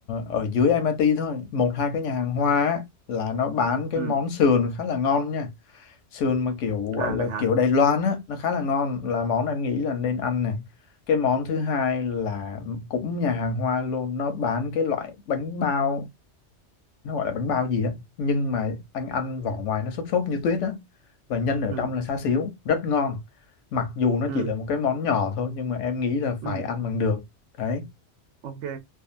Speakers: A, on the left; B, on the right.
A: ở dưới MIT thôi một hai cái nhà hàng hoa á, là nó bán cái
B: Ừ,
A: món sườn khá là ngon nha sườn mà kiểu gọi
B: à
A: là
B: vậy hả?
A: kiểu Đài Loan á nó khá là ngon là món em nghĩ là nên ăn này cái món thứ hai là cũng nhà hàng hoa luôn nó bán cái loại bánh bao nó gọi là bánh bao gì á nhưng mà anh ăn vỏ ngoài nó xốp xốp như tuyết á và nhân ở
B: Ừ,
A: trong là xá xíu rất ngon mặc dù nó
B: ừ,
A: chỉ là một cái món nhỏ thôi nhưng mà em nghĩ là phải
B: ừ,
A: ăn bằng được đấy
B: ok.